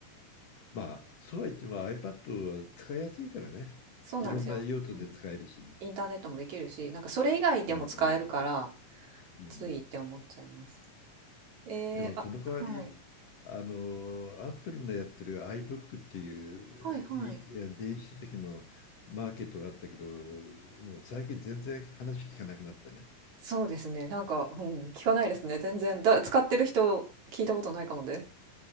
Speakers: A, on the left; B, on the right.
A: まあ、そうは言っても iPad は使いやすいからね。
B: そうなんですよ。
A: いろんな用途で使えるし。
B: うんうん。インターネットもできるし、なんかそれ以外でも使えるから、
A: うんうん。うん、
B: ついって思っちゃいます。えー、
A: でもその代わり、
B: あ、はい。
A: あの、Apple のやってる iBook っていういいや電子書籍のマーケットがあったけど、
B: はいはい。
A: もう最近全然話聞かなくなったね。
B: そうですね。なんか、うん、聞かないですね。全然。だ、使ってる人、聞いたことないかもです。